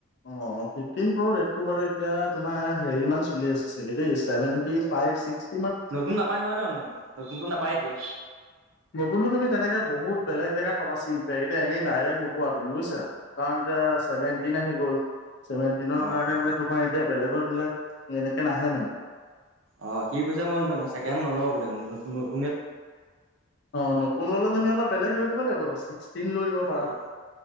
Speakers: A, on the left (about 55°); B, on the right (about 80°).
A: অ' ফিফটিন প্ৰ' ৰেটটো বাৰু এতিয়া তোমাৰ হেৰি মান চলি আছে চাগে দেই, সেভেন্তি ফা ফাইভ ছিকস
B: নতুন নাপায় নহয় ন নতুনতো নাপায়। এতিয়া
A: নতুনটো তুমি তেনেকে বহুত বেলেগ জেগাত পাবা চিলপেক এতিয়া এনেই ডাইৰেক্ট নোপোৱা তুমি বুইছা, কাৰণ এতিয়া চেভেণ্টিন আহি গ'ল, চেভেনটিনৰ
B: অ
A: কাৰণে
B: অ
A: মানে তোমাৰ এতিয়া বেলেগৰ বিলাক এনেকে নাহে মানে
B: অ', সি কৈছে, মই ছেকেণ্ড হেন্ড নলও বোলে নতুন-নতুন
A: অ, নতুন ললে তুমি অলপ বেলেগ স কৰি দিব লাগিব। ষ্টীল লৈ দিব
B: ডাইৰেক্ট
A: পাৰা